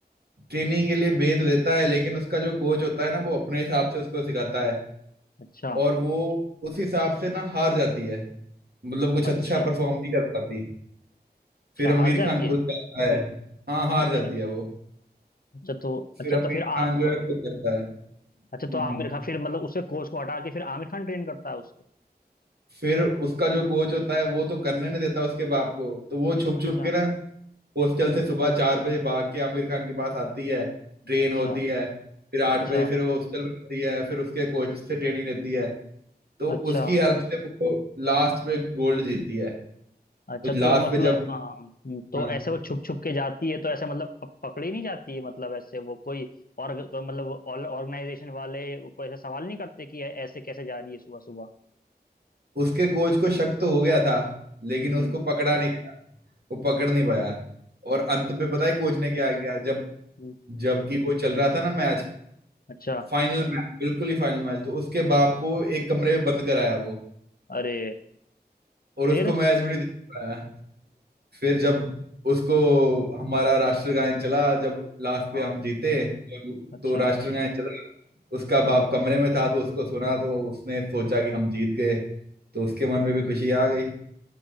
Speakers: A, on the right (about 70°); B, on the left (about 60°).
A: ट्रेनिंग के लिए भेज तो देता है लेकिन उसका जो कोच होता है ना वो अपने हिसाब से उसको सिखाता है
B: अच्छा
A: और वो उस हिसाब से ना हार जाती है मतलब कुछ अच्छा
B: अच्छा
A: परफॉर्म नहीं कर पाती
B: अच्छा
A: फिर आमिर
B: हार जाती
A: खान खुद
B: है
A: जाता है हाँ हार
B: अच्छा
A: जाती है वो
B: अच्छा तो अच्छा
A: फिर आमिर
B: तो फिर आ
A: खान जो
B: हाँ,
A: है खुद जाता है हम्म
B: अच्छा तो आमिर
A: हम्म।
B: खान फिर मतलब उसके कोच को हटा के फिर आमिर खान ट्रेन करता है उसको
A: फिर उसका जो कोच होता है वो तो करने नहीं देता उसके बाप को तो वो छुप
B: अच्छा
A: छुप के ना हॉस्टल से सुबह चार बजे भाग के आमिर खान के पास आती है ट्रेन
B: अच्छा
A: होती है फिर आठ
B: अच्छा
A: बजे फिर वो हॉस्टल में रहती है फिर उसके कोच से ट्रेनिंग लेती है तो
B: अच्छा
A: उसकी हेल्प से वो लास्ट पे गोल्ड जीतती है
B: अच्छा
A: तो लास्ट
B: तो मतलब
A: पे जब
B: हाँ, हम्म, तो
A: हाँ,
B: ऐसे वो छुप छुप के जाती है तो ऐसे मतलब प- पकड़ी नहीं जाती है मतलब ऐसे वो कोई और तो मतलब ऑर्गेनाइजेशन वाले वो कोई ऐसा सवाल नहीं करते कि ऐ- ऐसे कैसे जा रही है सुबह सुबह
A: उसके कोच को शक तो हो गया था लेकिन
B: हम्म
A: उसको पकड़ा नहीं गया वो पकड़ नहीं पाया और अंत पे
B: अच्छा
A: पता है कोच ने क्या किया जब
B: हम्म
A: जबकि वो चल रहा था ना मैच
B: अच्छा
A: फाइनल मैच बिल्कुल ही फाइनल मैच तो उसके बाप को एक कमरे में बंद कराया वो
B: अरे
A: और
B: फिर
A: उसको मैच भी नहीं देख पाया फिर जब उसको हमारा राष्ट्रगान चला जब लास्ट
B: हाँ
A: पे हम जीते तो,
B: अच्छा
A: तो राष्ट्रगान चला उसका बाप कमरे में था तो उसको सुना तो उसने सोचा कि हम जीत गए तो उसके मन में भी खुशी आ गई